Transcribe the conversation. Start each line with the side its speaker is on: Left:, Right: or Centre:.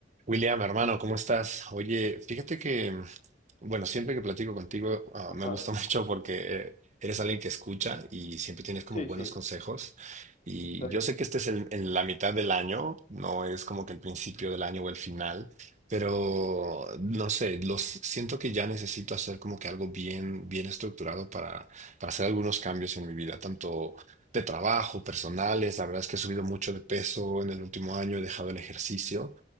Right: William, hermano, ¿cómo estás? Oye, fíjate que, mm, bueno, siempre que platico contigo, ah,
Left: Ajá,
Right: me gusta <laughs> mucho porque eh, eres alguien que escucha y siempre tienes como
Left: sí,
Right: buenos
Left: sí,
Right: consejos. Y
Left: está bien.
Right: yo sé que este es el- en la mitad del año, no es como que el principio del año o el final, pero no sé, los siento que ya necesito hacer como que algo bien, bien estructurado para, para hacer algunos cambios en mi vida, tanto de trabajo, personales. La verdad es que he subido mucho de peso en el último año, he dejado el ejercicio.